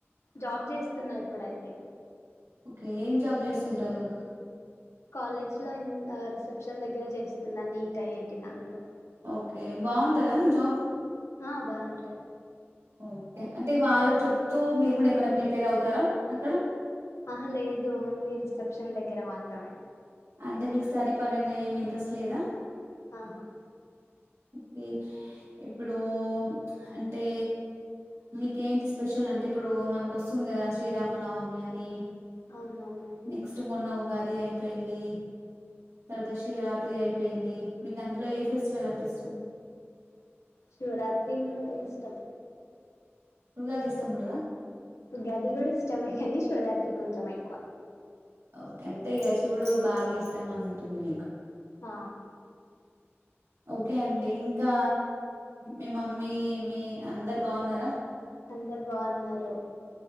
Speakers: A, on the left; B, on the right.
A: జాబ్ చేస్తున్నా ఇప్పుడైతే
B: ఓకే ఏం జాబ్ చేస్తుంటారు
A: కాలేజ్ లో రిసెప్షన్ దగ్గర చేస్తున్నాను నీట్ ఐఐటి దాంట్లో
B: ఓకే బాగుంటదా మీ జాబ్
A: ఆ బాగుంటది
B: ఓకే అంటే వాళ్ళ చెప్తూ మీరు కూడా ఏమైనా ప్రిపేర్ అవుతారా అక్కడ
A: ఆహా లేదు ఓన్లీ రిసెప్షన్ దగ్గర మాత్రమే
B: అంటే మీకు స్టడీ పరంగా ఏమి ఇంట్రెస్ట్ లేదా
A: ఆహా
B: కే ఇప్పుడు అంటే మీకేంటి స్పెషల్ అంటే ఇప్పుడు మనకు వస్తుంది కదా శ్రీరామనవమి అని
A: అవును అవును
B: నెక్స్ట్ మొన్న ఉగాది అయిపోయింది తర్వాత శివరాత్రి అయిపో అయింది మీకు అందులో ఏ ఫెస్టివల్ అంటే ఇష్ట
A: శివరాత్రి ఇష్టం
B: ఉగాది ఇష్టం ఉండదా
A: ఉగాది కూడా ఇష్టమే కానీ శివరాత్రి కొంచెం ఎక్కువ
B: ఓకే అంటే ఇక శివుడు బాగా ఇస్తాం అనింటుంది మీకు
A: ఆ
B: ఓకే అండి ఇంకా మీ మమ్మీ మీ అందరు బాగున్నారా
A: అందర్ బా బావున్నారు